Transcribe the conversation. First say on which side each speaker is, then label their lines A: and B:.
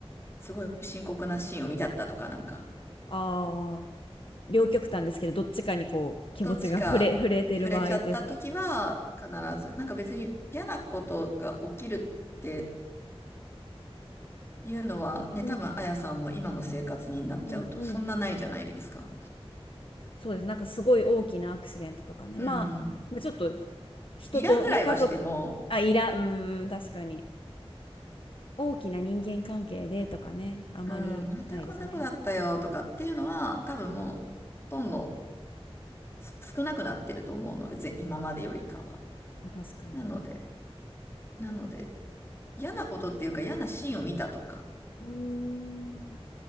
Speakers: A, on the left (about 25°); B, on the left (about 55°).
A: すごい深刻なシーンを見ちゃったとか、なんか、
B: ああ、両極端ですけど、どっちかにこう、気持ちが触れ、
A: どっちか触れちゃった時は、
B: 触れてる場合です。
A: 必ず、なんか別に嫌なことが起きるっていうのは、ね、
B: うん
A: 多分、あやさんも今の生活になっちゃうと、
B: うんうん。
A: そんなないじゃないですか。
B: そうです。なんかすごい大きなアクシデントとかね。
A: うん。
B: まあ、まあ、ちょっと人とね、
A: イラぐらいはしても、
B: 家族、あ、いら、うーん、確かに。大きな人間関係でとかね、あまりないですね。
A: うん、またこんな子だったよとかっていうのは、多分もう、どんどんす少なくなってると思うので、ぜ今までよりかは。
B: まあ、確かに。
A: なので、なので、嫌なことっていうか嫌なシーンを見たとかっ
B: うーん、